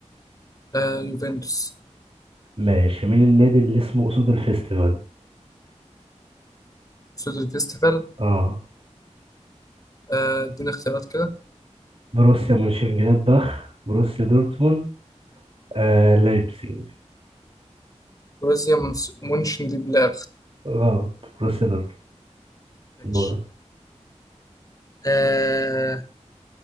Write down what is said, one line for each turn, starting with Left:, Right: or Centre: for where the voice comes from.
Left: آه يوفنتوس
Right: ماشي مين النادي اللي اسمه أسود الفيستيفال
Left: سودر فيستيفال
Right: اه
Left: آه اديني اختيارات كده
Right: بروسيا مونشنجلادباخ بروسيا دورتموند آه لايبزيج
Left: بروسيا منس- مونشن دي بلاغ
Right: غلط بروسيا دورتموند
Left: ماشي
Right: دورة
Left: آه،